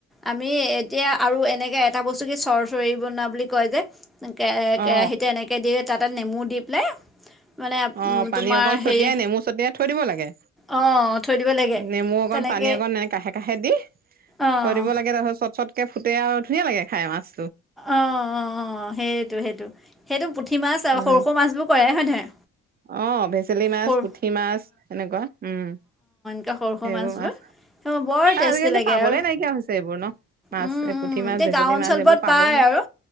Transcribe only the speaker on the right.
অ
অ' পানী
অকণ ছটিয়াই
নেমু ছটিয়াই থৈ দিব লাগে।
নেমু অকণ,
পানী অকণ নাই কাষে-কাষে দি
থৈ দিব লাগে তাৰপাছত চট চটকে ফুটে আৰু, ধুনীয়া লাগে খাই মাছ।
উম
অ' ভেচেলি মাছ,
পুঠি মাছ, এনেকুৱা, উম।
সেইবোৰ
মাছ
আজিকালিতো
পাবলে
নাইকিয়া হৈছে এইবোৰ ন, মাছ,
এই
পুঠি মাছ,
ভেছেলি
মাছ, এইবোৰ পা
পাবয়ে নাই।